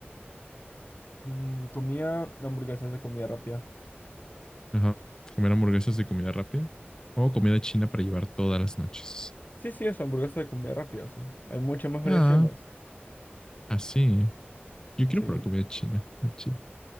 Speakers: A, on the left; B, on the left.
A: Mm, comía hamburguesas de comida rápida.
B: Ajá. Comer hamburguesas de comida rápida o comida china para llevar todas las noches.
A: Sí, sí, eso, hamburguesas de comida rápida. o sea, hay muchas más variaciones.
B: Ah, así. Yo quiero
A: Sí.
B: probar comida china. ah, china.